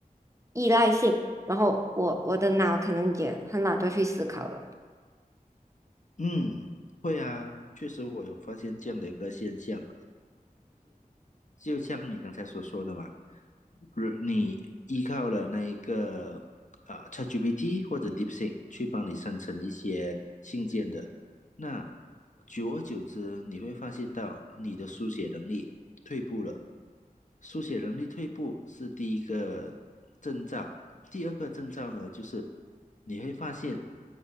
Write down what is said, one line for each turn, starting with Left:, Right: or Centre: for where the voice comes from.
Right: 依赖性，然后我我的脑可能也很懒得去思考了，
Left: 嗯，会啊，确实我有发现这样的一个现象，就像你刚才所说的嘛，如你依靠了那一个呃 ChatGPT 或者 DeepSeek 去帮你生成一些信件的，那久而久之，你会发现到你的书写能力退步了。书写能力退步是第一个征兆，第二个征兆呢，就是你会发现